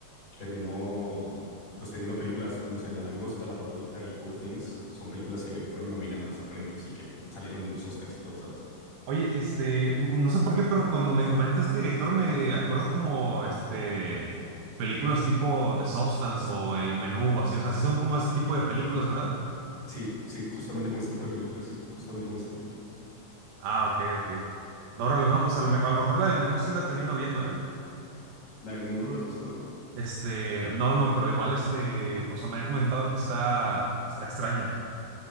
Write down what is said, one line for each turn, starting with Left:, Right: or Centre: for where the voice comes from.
Left: terminó pues teniendo películas, no sé, La Langosta, La Favorita y Poor Things, son películas que fueron nominadas a premios y que salieron en los Oscars y todo, ¿sabes?
Right: Oye, este, m- no sé por qué, pero cuando me comenta este director me acuerdo como, este, películas tipo The Substance o El Menú o así, o sea, sí son como ese tipo de películas, ¿verdad?
Left: Sí, sí, justamente como ese tipo de películas, justamente como ese tipo.
Right: Ah, ok, ok. Ahora, no, pues a lo, me- a lo mejor la del menú sí la termino viendo, ¿eh?
Left: La del menú no la has visto.
Right: Este, no, no, pero igual este, o sea, me han comentado que está, está extraña.